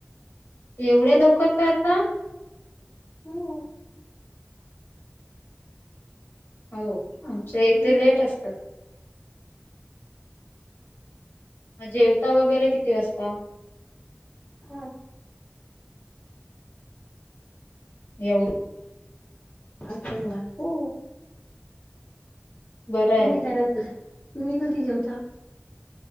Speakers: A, on the left; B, on the left.
A: एवढ्या लवकर करता?
B: हो.
A: हाओ आमच्या इथे
B: हम्म
A: लेट असत. म जेवता वगैरे किती वासता?
B: आठ.
A: एवढ
B: आठ ला जेवणार हो.
A: बरं आहे
B: तुम्ही करा त तुम्ही कधी जेवता?